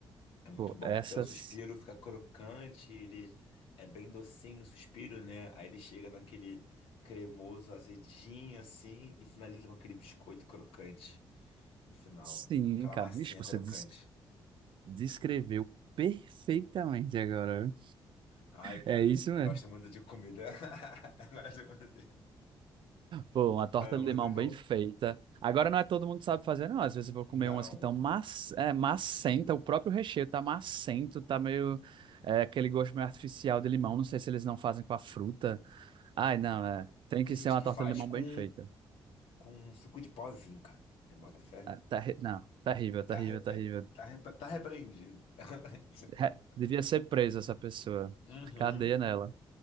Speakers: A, on the left; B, on the right.
A: É muito
B: Pô,
A: bom,
B: essas.
A: porque o suspiro fica crocante, ele é bem docinho, o suspiro, né? Aí ele chega naquele cremoso, azedinho, assim, e finaliza com aquele biscoito crocante no final.
B: Sim,
A: Aquela
B: cara.
A: massinha
B: Ixi, você
A: crocante.
B: des- descreveu perfeitamente agora. viu?
A: Ai, cara,
B: É isso
A: eu
B: mesmo.
A: gosto muito de comida. <laughs> Eu gosto muito de...
B: Pô, uma torta
A: Ah,
B: de
A: muito
B: limão
A: bom.
B: bem feita. Agora não é todo mundo que sabe fazer, não. Às vezes eu vou
A: Não.
B: comer umas que estão mac... é, macenta, o próprio recheio tá macento, tá meio. É, aquele gosto meio artificial de limão. Não sei se eles não fazem com a fruta. Ai, não,
A: Aham.
B: é. Tem
A: Tem
B: que
A: gente
B: ser uma
A: que
B: torta
A: faz
B: de limão
A: com,
B: bem feita.
A: com suco de pozinho, cara. Você bota fé?
B: É, terri- Não, terrível, terrível,
A: Tá, repre...
B: terrível.
A: tá, repre... tá repreendido. <laughs>
B: Re- Devia ser presa essa pessoa.
A: Uhum.
B: Cadeia nela.